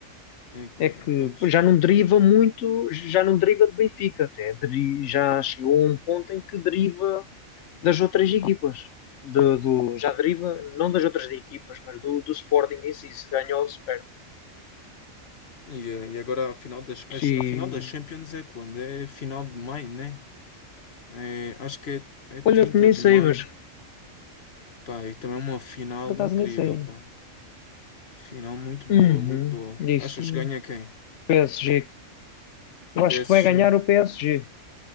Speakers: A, on the left (about 50°); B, on the left (about 65°).
A: é que
B: é
A: vo-
B: que
A: Pois.
B: já não deriva muito, já não deriva de Benfica, até deri- já chegou a um ponto em que deriva das outras equipas, do, do- já deriva não das outras equipas, mas do, do Sporting em si, se ganhou ou se perde.
A: E, eh, e agora a final das, as-
B: E,
A: a, final das Champions é quando? É final de maio, né? É, acho que é, é 30
B: olha que nem
A: de
B: sei,
A: maio.
B: mas
A: Pá, e também é uma final
B: por acaso
A: incrível,
B: nem sei.
A: pá. Final muito
B: Uhum,
A: boa, muito boa.
B: disse
A: Achas que ganha quem?
B: PSG. Eu
A: PSG.
B: acho que vai ganhar o PSG.